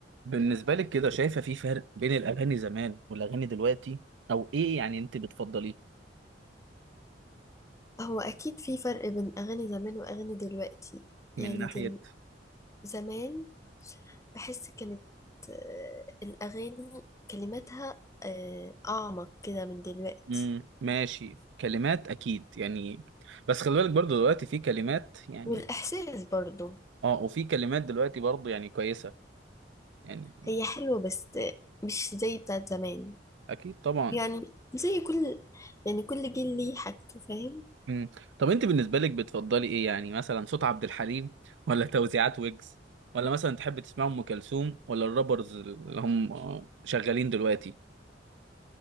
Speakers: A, on the right (about 85°); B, on the left (about 15°).
A: بالنسبة لك كده شايفة في فرق بين الأغاني زمان والأغاني دلوقتي أو إيه يعني أنت بتفضليه
B: هو أكيد في فرق بين أغاني زمان وأغاني دلوقتي
A: من
B: يعني
A: ناحية
B: دل... زمان بحس كانت آه، الأغاني كلماتها آه، أعمق كده من دلوقتي
A: مم. ماشي كلمات أكيد يعني بس خلي بالك برضو دلوقتي في كلمات يعني
B: والإحساس برضو
A: آه وفي كلمات دلوقتي برضو يعني كويسة يعني
B: هي حلوة بس مش زي بتاعت زمان
A: أكيد طبعا
B: يعني زي كل يعني كل جيل ليه حاجته فاهم
A: مم. طب أنت بالنسبة لك بتفضلي إيه يعني مثلا صوت عبد الحليم ولا <laughs> توزيعات ويجز ولا مثلا تحب تسمع أم كلثوم ولا الرابرز اللي هم آه، شغالين دلوقتي